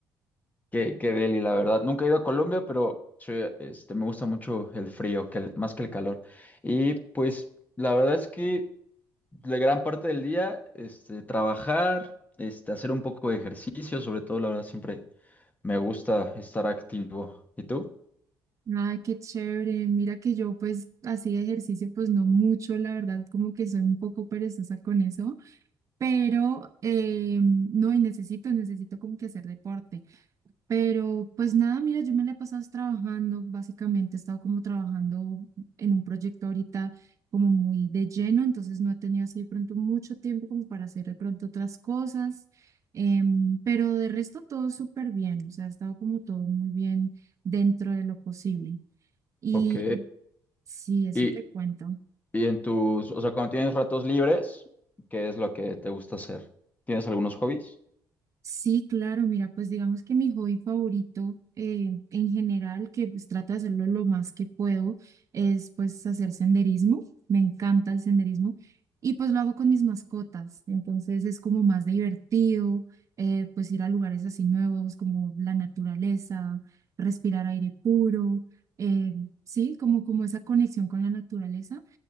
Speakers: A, on the left (about 20°); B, on the right (about 40°).
A: Qué, qué deli, la verdad. Nunca he ido a Colombia, pero sí, este, me gusta mucho el frío, que el- más que el calor. Y pues la verdad es que la gran parte del día, este, trabajar, este, hacer un poco de ejercicio, sobre todo, la verdad, siempre me gusta estar activo. ¿Y tú?
B: Ay, qué chévere. Mira que yo pues hacía ejercicio, pues no mucho, la verdad, como que soy un poco perezosa con eso, pero eh, no, y necesito, necesito como que hacer deporte. Pero pues nada, mira, yo me la he pasado es trabajando, básicamente he estado como trabajando en un proyecto ahorita como muy de lleno, entonces no he tenido así de pronto mucho tiempo como para hacer de pronto otras cosas, em, pero de resto todo súper bien, o sea, ha estado como todo muy bien dentro de lo posible. Y
A: Ok.
B: sí, eso
A: ¿Y,
B: te cuento.
A: Y en tus, o sea, cuando tienes ratos libres, ¿qué es lo que te gusta hacer? ¿Tienes algunos hobbies?
B: Sí, claro, mira, pues digamos que mi hobby favorito eh, en general, que pues trato de hacerlo lo más que puedo, es pues hacer senderismo. Me encanta el senderismo y pues lo hago con mis mascotas. Entonces es como más divertido, eh, pues ir a lugares así nuevos como la naturaleza, respirar aire puro, eh, sí, como, como esa conexión con la naturaleza.